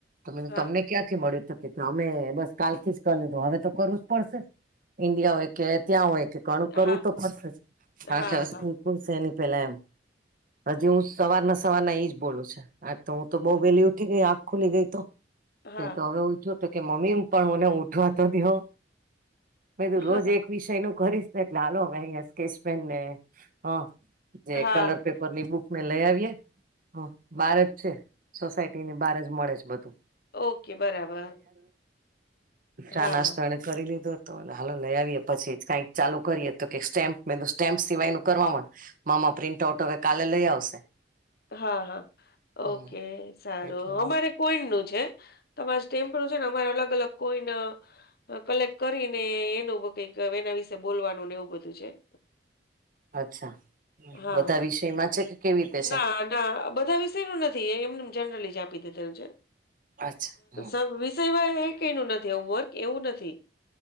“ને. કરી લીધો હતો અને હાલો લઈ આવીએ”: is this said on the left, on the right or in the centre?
Right